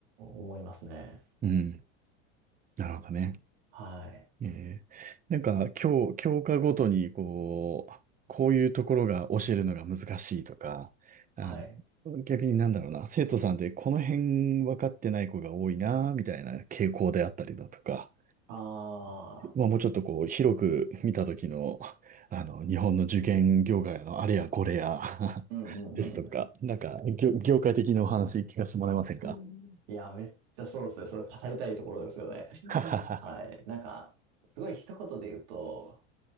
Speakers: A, on the right; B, on the right.
A: 思いますね。
B: うん。なるほどね。
A: はい。
B: えー、なんか、教、教科ごとに、こう、こういうところが教えるのが難しいとか、あ
A: はい。
B: 逆になんだろうな、生徒さんでこの辺分かってない子が多いな、みたいな傾向であったりだとか、
A: ああ、
B: まあ、もうちょっとこう、広く見た時の、<laughs> あの、日本の受験業界のあれやこれや <laughs>
A: うんうんう
B: ですとか、なんか、業、業界的なお話聞かせてもらえませんか
A: ん。<laughs> いや、めっちゃそうですね。それ語りたいところですよね。
B: ははは
A: はい。なんか、すごい一言で言うと、